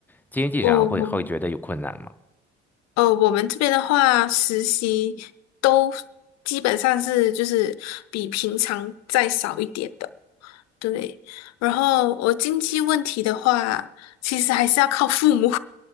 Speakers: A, in the centre; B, on the left (about 50°).
A: 经济上会会觉得有困难吗？
B: 我呃，我们这边的话，实习都基本上是就是比平常再少一点的，对。然后我经济问题的话，其实还是要靠父母。